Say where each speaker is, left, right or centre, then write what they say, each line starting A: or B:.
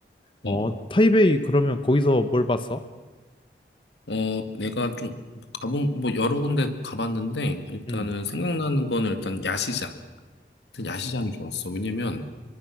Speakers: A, on the left; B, on the left.
A: 어,
B: 어,
A: 어,
B: 타이베이 그러면 거기서 뭘 봤어?
A: 어, 내가 좀 가본, 뭐 여러 군데 가봤는데, 일단은
B: 응.
A: 생각나는 거는 일단 야시장. 일단 야시장이 좋았어. 왜냐면